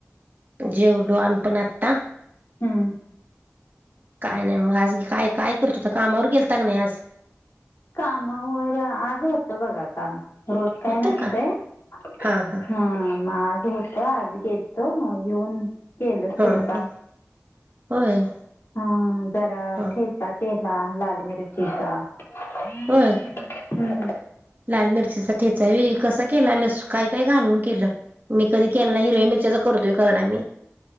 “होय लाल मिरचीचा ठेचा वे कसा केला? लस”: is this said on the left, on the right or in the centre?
Right